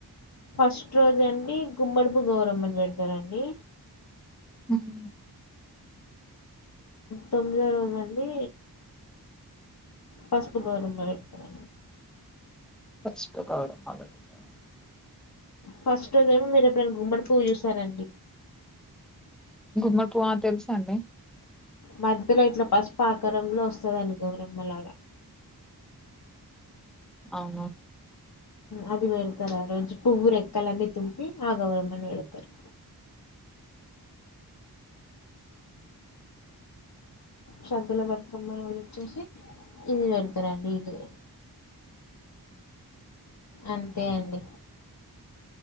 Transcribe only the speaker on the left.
ఫస్ట్ రోజు అండి గుమ్మడుపు గౌరమ్మని పెడు తారండి
తొమ్మిదో రోజు అండి పసుపు గోరమ్మ పెడతారూ
ఫస్ట్ోదేమో మీరు ఎప్పుడైనా గుమ్మడిపుువ్వు చూశారండి
మధ్యలో ఇట్లా పసుపు ఆకారంలో వస్తుందని గౌరమ్మలాగా
అది పెడతారు ఆ రోజు పువ్వు రెక్కలన్నీ తుంపి ఆ గౌరమ్మని పెడతారు శ్రద్ధల బతుకమ్మ రోజు వచ్చేసి ఇది పెడతారండి ఇ అంతే అండి